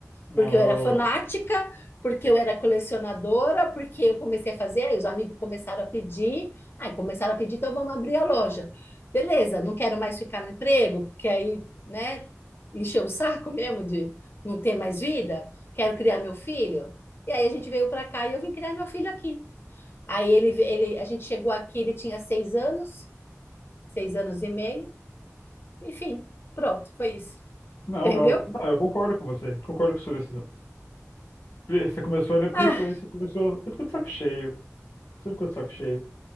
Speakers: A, on the left; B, on the left.
A: Não,
B: porque eu
A: eu.
B: era fanática, porque eu era colecionadora, porque eu comecei a fazer, aí os amigos começaram a pedir, aí começaram a pedir, então vamos abrir a loja. Beleza, não quero mais ficar no emprego, porque aí, né, encheu o saco mesmo de não ter mais vida, quero criar meu filho. E aí a gente veio para cá e eu vim criar meu filho aqui. Aí ele, ele, a gente chegou aqui, ele tinha seis anos, seis anos e meio, enfim, pronto, foi isso.
A: Não,
B: Entendeu?
A: eu, não, eu concordo com você. Concordo com sua decisão. Pri- Você começou, né? Principalmente
B: Ah,
A: você começou. Você ficou de saco cheio. Você ficou de saco cheio.